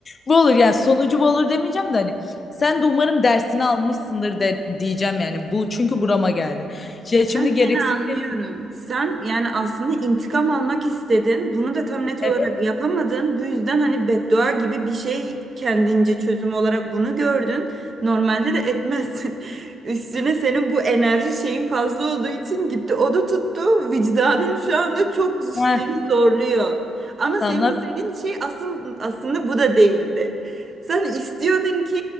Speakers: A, on the left; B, on the right.
A: bu olur. Yani sonucu bu olur demeyeceğim de hani sen de umarım dersini almışsındır de diyeceğim yani. Bu çünkü burama geldi. Şey, şimdi
B: Ben
A: gereksiz
B: seni anlıyorum.
A: bir
B: Sen yani aslında intikam almak istedin. Bunu da tam
A: <laughs>
B: net olarak
A: evet
B: yapamadın. Bu yüzden hani beddua gibi bir şey kendince çözüm olarak bunu gördün. Normalde de etmezsin. <laughs> Üstüne senin bu enerji şeyin fazla olduğu için gitti. O da tuttu. Vicdanın şu anda çok seni
A: ha,
B: zorluyor. Ama senin
A: sana
B: istediğin şey asıl aslında bu da değildi. Sen istiyordun ki